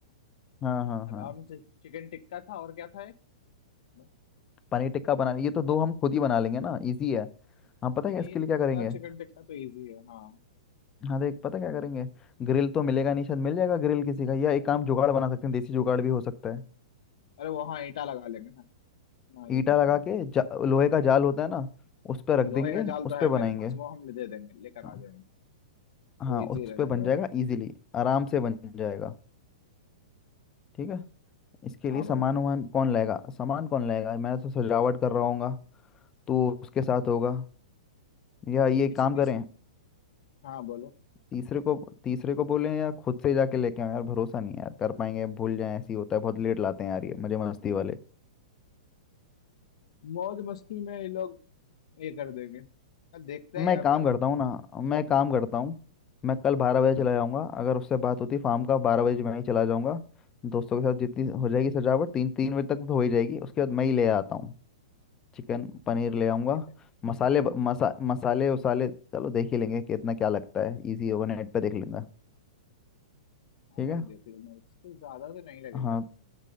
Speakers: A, on the left (about 20°); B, on the left (about 60°).
A: हाँ हाँ
B: आराम
A: हाँ
B: से चिकन टिक्का था और क्या था एक बस
A: पनीर टिक्का बना ये तो दो हम खुद ही बना लेंगे ना इजी है हाँ पता
B: पनीर
A: है इसके लिए
B: टिक्का
A: क्या करेंगे
B: चिकन टिक्का तो इजी है हाँ
A: हाँ देख पता क्या करेंगे ग्रिल तो मिलेगा नहीं शायद मिल जाएगा ग्रिल किसी का या एक काम जुगाड़ बना सकते हैं देसी जुगाड़ भी हो सकता है
B: अरे वो हाँ ईटा लगा लेंगे ना ना ये
A: ईटा
B: नहीं करने
A: लगा
B: का
A: के जा, लोहे का जाल होता है ना उस पर
B: हाँ,
A: रख
B: लोहे
A: देंगे
B: का जाल
A: उस
B: तो है
A: पर बनाएंगे
B: मेरे पास वो हम दे देंगे लेकर
A: हाँ
B: आ जाएंगे
A: हाँ
B: वो इजी
A: उस
B: रहेगा
A: पर बन जाएगा इजीली आराम से बन जाएगा ठीक है इसके
B: हाँ
A: लिए सामान
B: भाई
A: वामान कौन लाएगा सामान कौन लाएगा मैं तो सजावट कर रहा हूँगा तो उसके साथ होगा या ये
B: एक किसी
A: काम
B: तीस
A: करें
B: हाँ बोलो
A: तीसरे को तीसरे को बोलें या खुद से जाके लेके आए यार भरोसा नहीं है यार कर पाएंगे भूल जाए ऐसी होता है बहुत लेट लाते हैं यार ये मजे मस्ती वाले
B: मौज मस्ती में ये लोग ये कर देंगे हाँ, देखते
A: मैं
B: हैं यार
A: काम
B: कल
A: करता हूँ ना मैं काम करता हूँ मैं कल बारह बजे
B: हम्म
A: चला जाऊँगा अगर उससे बात होती फार्म का बारह बजे मैं ही चला जाऊँगा दोस्तों के साथ जितनी हो जाएगी सजावट तीन तीन बजे तक तो हो ही जाएगी उसके बाद मैं ही ले आता हूँ चिकन पनीर
B: हाँ
A: ले
B: भाई
A: आऊँगा
B: ठीक है
A: मसाले ब- मसा मसाले उसाले चलो देख ही लेंगे कितना क्या लगता है इजी होगा नेट पे देख लेंगे
B: हाँ
A: ठीक
B: भाई
A: है
B: देख लो मैं इसको ज्यादा तो नहीं लगेगा
A: हाँ